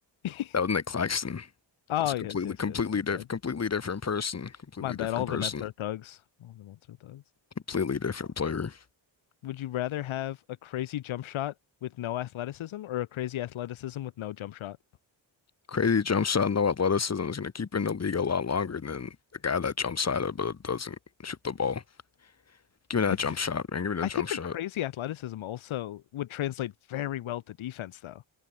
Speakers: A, on the left; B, on the left.
A: <laughs>
B: That was Nick Claxton.
A: Oh
B: That's a
A: yes,
B: completely,
A: yes,
B: completely
A: yes. My bad.
B: different, completely different person. Completely
A: My bad.
B: different
A: All
B: person.
A: the Nets are thugs. All the Nets are thugs.
B: Completely different player.
A: Would you rather have a crazy jump shot with no athleticism or a crazy athleticism with no jump shot?
B: Crazy jump shot, no athleticism is gonna keep him in the league a lot longer than the guy that jumps out of but doesn't shoot the ball. Give me that
A: I th
B: jump shot, man. Give me that
A: I think
B: jump shot.
A: the crazy athleticism also would translate very well to defense, though.